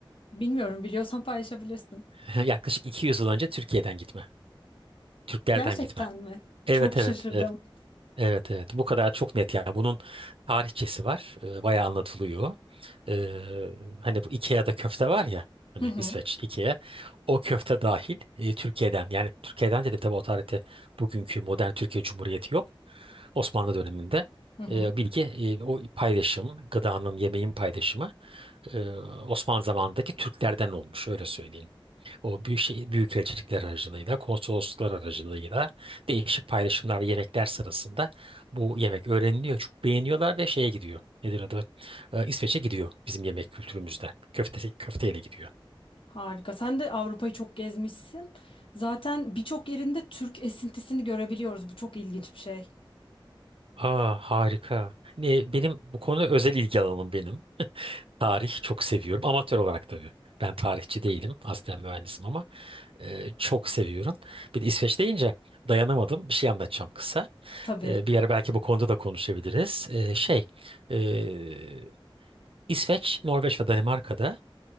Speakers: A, on the left (about 75°); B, on the right (about 80°).
A: Bilmiyorum biliyorsan paylaşabilirsin.
B: <laughs> Yaklaşık 200 yıl önce Türkiye'den gitme. Türklerden
A: Gerçekten
B: gitme.
A: mi?
B: Evet,
A: Çok şaşırdım.
B: evet, evet. Evet evet bu kadar çok net yani bunun tarihçesi var Ee, bayağı anlatılıyor Ee, hani bu Ikea'da köfte var ya hani
A: Hı hı.
B: İsveç Ikea o köfte dahil e, Türkiye'den yani Türkiye'den dedim tabii o tarihte bugünkü modern Türkiye Cumhuriyeti yok Osmanlı döneminde
A: Hı hı.
B: e, bilgi e, o paylaşım gıdanın yemeğin paylaşımı e, Osmanlı zamanındaki Türklerden olmuş öyle söyleyeyim. O büyük şey, büyükelçilikler aracılığıyla, konsolosluklar aracılığıyla değişik paylaşımlar ve yemekler sırasında bu yemek öğreniliyor. Çok beğeniyorlar ve şeye gidiyor. Nedir adı? Ee, İsveç'e gidiyor bizim yemek kültürümüzde. Köfte, köfteyle gidiyor.
A: Harika. Sen de Avrupa'yı çok gezmişsin. Zaten birçok yerinde Türk esintisini görebiliyoruz. Bu çok ilginç bir şey.
B: Aa harika. Ne, benim bu konu özel ilgi alanım benim. Tarih çok seviyorum. Amatör olarak tabii. Ben tarihçi değilim. Aslen mühendisim ama e, çok seviyorum. Bir de İsveç deyince dayanamadım. Bir şey anlatacağım kısa.
A: Tabii.
B: E, bir ara belki bu konuda da konuşabiliriz. E, şey, e, İsveç, Norveç ve Danimarka'da